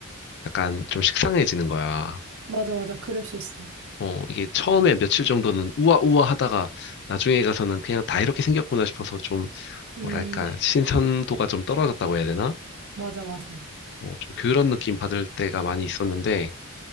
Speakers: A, on the left (about 50°); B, on the right (about 70°).
A: 약간 좀 식상해지는 거야.
B: 맞아, 맞아. 그럴 수 있어.
A: 어, 이게 처음에 며칠 정도는 우아우아 하다가 나중에 가서는 그냥 다 이렇게 생겼구나 싶어서 좀
B: 음,
A: 뭐랄까, 신선도가 좀 떨어졌다고 해야 되나?
B: 맞아, 맞아.
A: 어, 좀 그런 느낌 받을 때가 많이 있었는데,